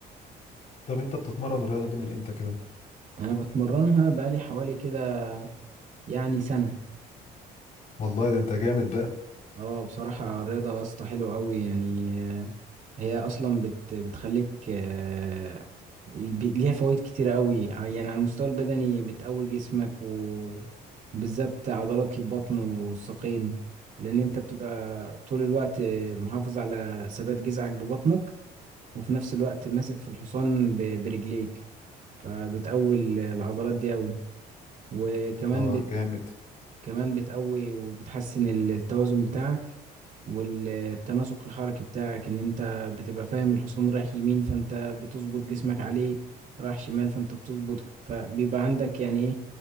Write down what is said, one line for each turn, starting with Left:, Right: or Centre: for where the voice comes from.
Left: طب انت بتتمرن الرياضة دي من امتى كده
Right: أنا بتمرنها بقالي حوالي كده يعني سنة
Left: والله ده انت جامد بقى
Right: اه بصراحة الرياضة يا اسطى حلوة أوي يعني هي اصلا بت بتخليك آه، بي- ليها فوائد كتير قوي يعني على المستوى البدني بتقوي جسمك و- وبالذات عضلات البطن والساقين لان انت بتبقى طول الوقت محافظ على ثبات جذعك ببطنك وفي نفس الوقت ماسك في الحصان ب- برجليك فبتقوي العضلات دي قوي وكمان
Left: اه جامد
Right: كمان بتقوي وبتحسن ال- التوازن بتاعك والتناسق الحركي بتاعك ان انت بتبقى فاهم الحصان رايح يمين فانت بتظبط جسمك عليه رايح شمال فانت بتظبط فبيبقى عندك يعني ايه